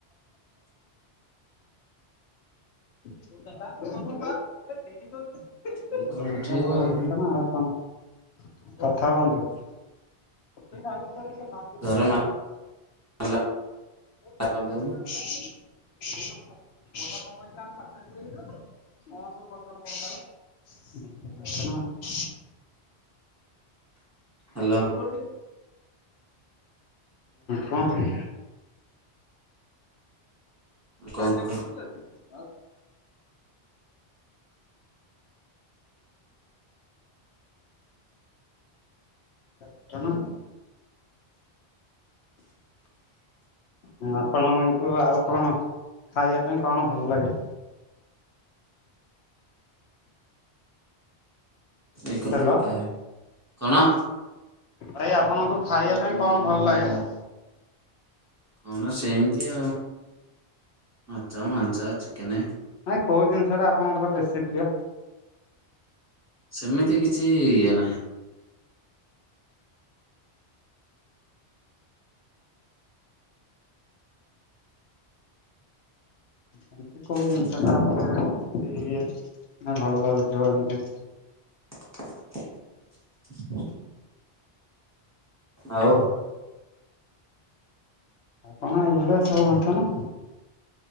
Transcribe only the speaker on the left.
<unintelligible>
କଥା ହୁଅନ୍ତୁ <unintelligible>
<unintelligible>
<unintelligible> <unintelligible>
ହୁଁ କୁହନ୍ତୁ।
ଗାଡ଼ିରେ
ବସିଥିଲ <unintelligible> <unintelligible> କଣ ହଁ ଆପଣଙ୍କୁ ଆଉ କଣ ଖାଇବା ପାଇଁ କଣ ଭଲ ଲାଗେ?
ହାଲୋ
ଭାଇ ଆପଣଙ୍କୁ ଖାଇବା ପାଇଁ କଣ ଭଲ ଲାଗେନା?
ନାଇଁ କୋଉ ଜିନିଷ ଟା ଆପଣଙ୍କର ବେଶୀ ପ୍ରିୟ?
ଏମତି କୋଉ ଜିନିଷ
ଟା ଉପରେ ଇଏ ମାନେ ଇଏ ଭଲ ଲାଗୁଥିବ ଏମତି।
କଣ ଏଇ ଭଳିଆ ସବୁ ଘଟଣା।